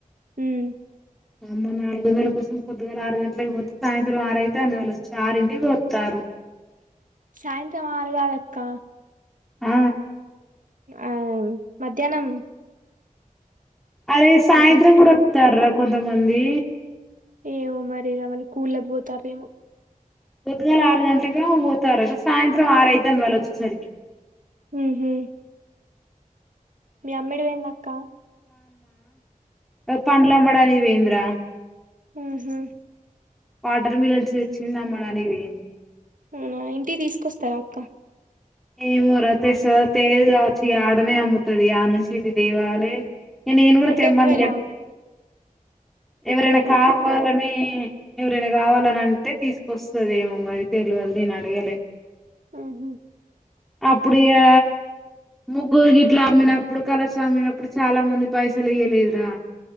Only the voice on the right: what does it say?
ఉమ్
సాయంత్రం ఆరుగాదక్క
ఆ మధ్యాహ్నం
ఒకటింటికి
ఏమో మరి ఇగా వాళు కూలకపోతారమో
ఉహుమ్ మీ అమ్మ ఎడికి పోయింది అక్క
ఉహుమ్
అవునా ఇంటి తీసుకొస్తారా అక్క
అంటే
ఒకవేళ
ఇక్కడ
కొంటా
ఆహ